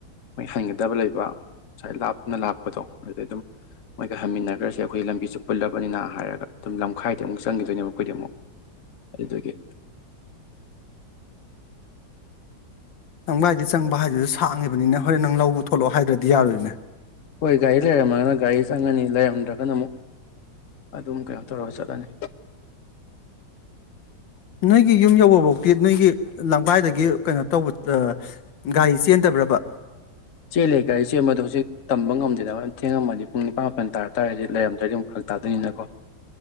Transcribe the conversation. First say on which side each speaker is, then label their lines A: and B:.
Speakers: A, on the left; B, on the left.
A: ꯃꯣꯏ ꯍꯩꯒꯗꯕ ꯂꯩꯕ ꯉꯁꯥꯏ ꯂꯥꯞꯅ ꯂꯥꯛꯄꯗꯣ ꯑꯗꯨꯗꯩ ꯑꯗꯨꯝ ꯃꯣꯏꯒ ꯍꯟꯃꯤꯟꯅꯒꯔꯖꯦ ꯑꯩꯈꯣꯏꯒꯤ ꯂꯝꯕꯤꯖꯨ ꯄꯨꯜꯂꯕꯅꯤꯅ ꯍꯥꯏꯔꯒ ꯑꯗꯨꯝ ꯂꯝꯈꯥꯏꯗ ꯑꯃꯨꯛ ꯆꯪꯈꯤꯗꯣꯏꯅꯦꯕ ꯑꯩꯈꯣꯏꯗꯤ ꯑꯃꯨꯛ ꯑꯗꯒꯤ
B: ꯂꯝꯒꯥꯏꯗꯩ ꯆꯪꯕ ꯍꯥꯏꯗꯨꯖꯨ ꯁꯥꯡꯉꯤꯕꯅꯤꯅ ꯍꯣꯔꯦꯟ ꯅꯪ ꯂꯧꯕ ꯊꯣꯛꯂꯛꯑꯣ ꯍꯥꯏꯗ꯭ꯔꯗꯤ ꯌꯥꯔꯣꯏꯅꯦ
A: ꯍꯣꯏ ꯒꯥꯔꯤ ꯂꯩꯔꯝꯃꯒꯅ ꯒꯥꯔꯤ ꯆꯪꯉꯅꯤ ꯂꯩꯔꯝꯗ꯭ꯔꯒꯅ ꯑꯃꯨꯛ ꯑꯗꯨꯝ ꯀꯩꯅꯣ ꯇꯧꯔꯒ ꯆꯠꯂꯅꯤ
B: ꯅꯣꯏꯒꯤ ꯌꯨꯝ ꯌꯧꯕꯕꯣꯇꯤ ꯅꯣꯏꯒꯤ ꯂꯝꯒꯥꯏꯗꯒꯤ ꯀꯩꯅꯣ ꯇꯧꯕ ꯑ ꯒꯥꯔꯤ ꯆꯦꯟꯗꯕ꯭ꯔꯕ
A: ꯆꯦꯜꯂꯦ ꯒꯔꯤ ꯆꯦꯟꯕꯗꯣ ꯍꯧꯖꯤꯛ ꯇꯝꯕ ꯉꯝꯗꯦꯗꯅ ꯊꯦꯡꯉꯝꯃꯗꯤ ꯄꯨꯡ ꯅꯤꯄꯥ ꯃꯥꯄꯟ ꯇꯥꯔ ꯇꯥꯔꯗꯤ ꯂꯩꯔꯝꯗ꯭ꯔꯗꯤ ꯑꯃꯨꯛ ꯐꯔꯛ ꯇꯥꯗꯣꯏꯅꯤꯅꯀꯣ